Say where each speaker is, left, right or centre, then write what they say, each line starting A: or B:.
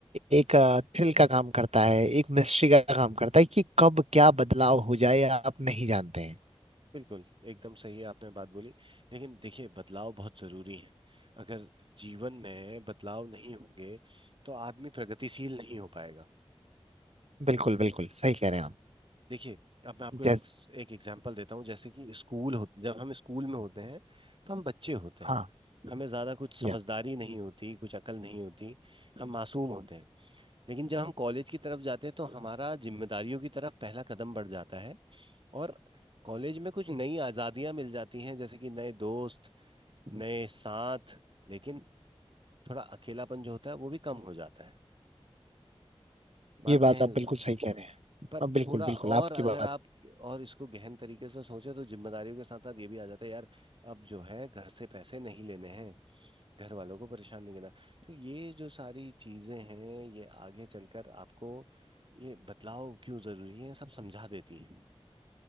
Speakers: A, on the right; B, on the right.
A: एक थ्रिल का काम करता है एक मिस्ट्री का काम करता है कि कब क्या बदलाव हो जाए आप नहीं जानते हैं
B: बिल्कुल एकदम सही है आपने बात बोली लेकिन देखिए बदलाव बहुत जरूरी है अगर जीवन में बदलाव नहीं होंगे तो आदमी प्रगतिशील नहीं हो पाएगा
A: बिल्कुल बिल्कुल सही कह रहे हैं आप
B: देखिए अब मैं आपको एक
A: जैस
B: एक एग्जांपल देता हूँ जैसे कि स्कूल हो जब हम स्कूल में होते हैं तो हम बच्चे होते हैं
A: हाँ
B: हमें ज़्यादा कुछ समझदारी
A: यस
B: नहीं होती कुछ अकल नहीं होती हम मासूम होते हैं लेकिन जब हम कॉलेज की तरफ जाते हैं तो हमारा जिम्मेदारियों की तरफ पहला कदम बढ़ जाता है और कॉलेज में कुछ नई आज़ादियाँ मिल जाती हैं जैसे कि नए दोस्त नए साथ लेकिन थोड़ा अकेलापन जो होता है वो भी कम हो जाता है मानते
A: ये बात
B: हैं
A: आप
B: इस
A: बिल्कुल
B: बात
A: सही कह रहे हैं
B: पर
A: अब बिल्कुल
B: थोड़ा
A: बिल्कुल
B: और
A: आपकी
B: अगर
A: बात
B: आप और इसको गहन तरीके से सोचे तो जिम्मेदारियों के साथ साथ ये भी आ जाता है यार अब जो है घर से पैसे नहीं लेने हैं घर वालों को परेशान नहीं करना तो ये जो सारी चीजें हैं ये आगे चलकर आपको ये बदलाव क्यों जरूरी है सब समझा देती हैं